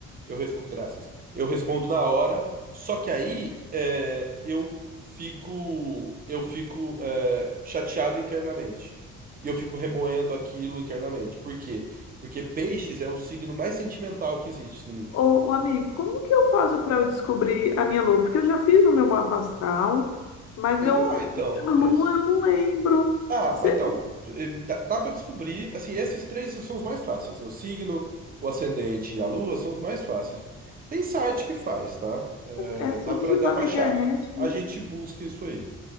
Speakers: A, on the right (about 30°); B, on the left (about 60°).
A: Eu respondo, graças. Eu respondo na hora, só que aí é, eu fico eu fico é, chateado internamente. E eu fico remoendo aquilo internamente. Por quê? Porque peixes é o signo mais sentimental que existe, se não me engano.
B: Ô, ô, amigo, como que eu faço para eu descobrir a minha lua? Porque eu já fiz o meu mapa astral, mas
A: Tem
B: eu,
A: lá, então.
B: a
A: Tess.
B: lua eu não lembro.
A: Ah,
B: Cê-
A: mas então, eh, dá, dá para descobrir, assim, esses três são os mais fáceis. né? O signo, o ascendente e a lua são os mais fáceis. Tem site que faz, tá? Eh,
B: é, é só
A: dá para
B: digitar
A: dá para
B: na
A: achar.
B: internet,
A: A
B: né?
A: gente busca isso aí.